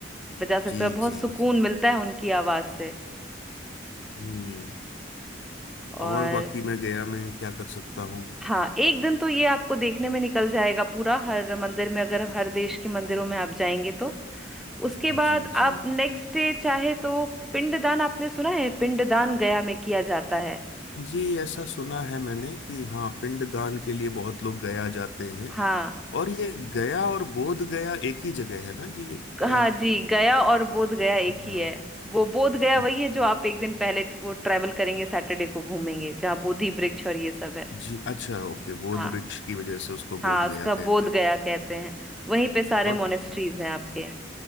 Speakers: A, in the centre; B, on the left.
A: बजा सकते
B: जी
A: हैं और बहुत
B: जी
A: सुकून मिलता है उनकी आवाज से
B: हम्म
A: और
B: और बाकी मैं गया मैं क्या कर सकता हूँ
A: हाँ एक दिन तो ये आपको देखने में निकल जाएगा पूरा हर मंदिर में अगर हर देश के मंदिरों में आप जाएंगे तो उसके बाद
B: जी जी
A: आप नेक्स्ट डे चाहे तो पिंडदान आपने सुना है पिंडदान गया में किया जाता है
B: जी ऐसा सुना है मैंने कि हाँ पिंडदान के लिए बहुत लोग गया जाते हैं
A: हाँ
B: और ये गया और बोध गया एक ही जगह है ना जी
A: ग-
B: या
A: हाँ जी गया और बोध गया एक
B: हाँ
A: ही है वो बोध गया
B: अच्छा
A: वही है जो आप एक दिन पहले ट- वो ट्रेवल करेंगे सैटरडे को घूमेंगे जहाँ बोधि वृक्ष और ये सब है
B: जी अच्छा ओके बोध
A: हाँ
B: वृक्ष की वजह से उसको
A: हाँ
B: बोध
A: उसका
B: गया
A: बोध
B: कहते हैं
A: गया कहते हैं वहीं पे सारे
B: और
A: मोनेस्ट्रीज हैं आपके